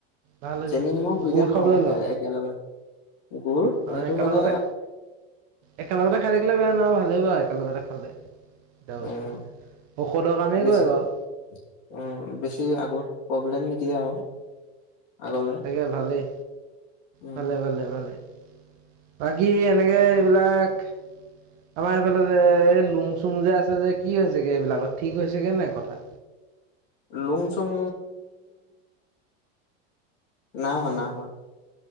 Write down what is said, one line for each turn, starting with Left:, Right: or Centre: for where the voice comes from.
Right: ভাল হৈছে
Left: চেনি নিমখ দুইটাই
Right: গুৰ
Left: খাওঁ
Right: খাবলৈ লোৱা
Left: একেলগে গুৰ সেইটো
Right: অ একেলগতে
Left: মানে
Right: একেলগতে খাই থাকিলে বেয়া নহয় ভালেই বাৰু একেলগতে খালে এ বস্তু
Left: উম
Right: ঔষধৰ কামেই
Left: বেছি
Right: কৰে
Left: বেছি
Right: বাৰু
Left: আগত প্ৰব্লেম নিদিয়া আৰু আগলে
Right: তাকে ভালেই
Left: উম
Right: ভালে ভালে ভালে বাকী এনেকে এইবিলাক আমাৰ এইফালে যে এই লুং চুং যে আছে যে কি হৈছেগৈ এইবিলাকত ঠিক হৈছেগৈ নাই কথা
Left: লুং চুং না হোৱা না হোৱা